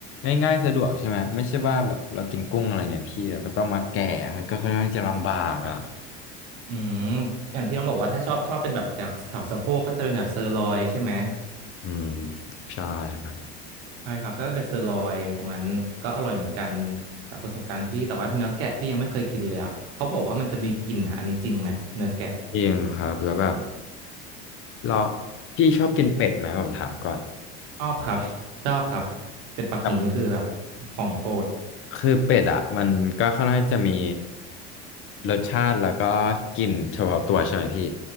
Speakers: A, on the left; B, on the right.
A: ง่ายๆสะดวกใช่ไหมไม่ใช่ว่าแบบเรากินกุ้งอะไรเงี้ยพี่เราก็ต้องมาแกะมันก็ค่อนข้างที่จะลำบากอ่ะ
B: ครับอืมอย่างที่ต้องบอกว่าถ้าชอบชอบเป็นแบบแถวแถวสะโพกก็จะเป็นแบบเซอร์ลอยใช่ไหม
A: อืมใช่ครับ
B: ใช่ครับก็จะเป็นเซอร์ลอยตรงนั้นก็อร่อยเหมือนกันจากประสบการณ์พี่แต่ว่าเนื้อแกะพี่ยังไม่เคยกินเลยอ่ะเขาบอกว่ามันจะมีกลิ่นอ่ะอันนี้จริงไหมเนื้อแกะ
A: จริงครับแล้วแบบเราพี่ชอบกินเป็ดไหมผมถามก่อน
B: ชอบครับชอบครับเป็ดปักกิ่งนี่คือแบบ
A: แบบ
B: ของโปรด
A: คือเป็ดอ่ะมันก็ค่อนข้างจะมีรสชาติแล้วก็กลิ่นเฉพาะตัวใช่ไหมพี่